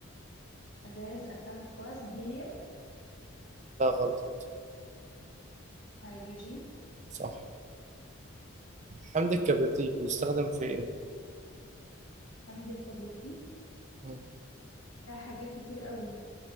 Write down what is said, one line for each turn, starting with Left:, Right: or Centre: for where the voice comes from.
Left: غاز أخف وزن هيليوم
Right: لا غلط
Left: هيدروجين
Right: صح حمض الكبريتيك بيستخدم في ايه
Left: حمض الكبريتيك
Right: مم.
Left: لا حاجات كتير قوي